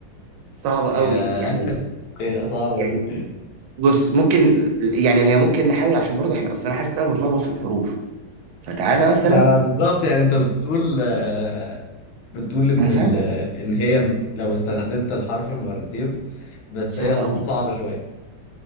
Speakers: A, on the right (about 75°); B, on the left (about 70°).
A: صعبة قوي
B: هي
A: يعني
B: هي صعبة
A: يعني
B: أوي.
A: بص ممكن يعني هي ممكن نحاول عشان برضه احنا اصل انا حاسس ان انا بتلخبط في الحروف فتعالى مثلا
B: ما انا بالظبط يعني انت بتقول آه، بتقول ان
A: انا فاهم
B: ال... ان هي م- لو استخدمت الحرف مرتين بس
A: صعبة
B: هي
A: قوي
B: صعبة شوية